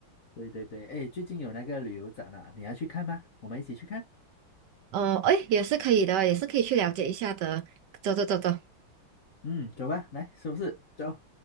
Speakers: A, on the left; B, on the right.
A: 对对对，哎，最近有那个旅游展啊，你要去看吗？我们一起去看。
B: 哦呃，哎，也是可以的，也是可以去了解一下的。走走走走。
A: 嗯，走吧，来收拾，走。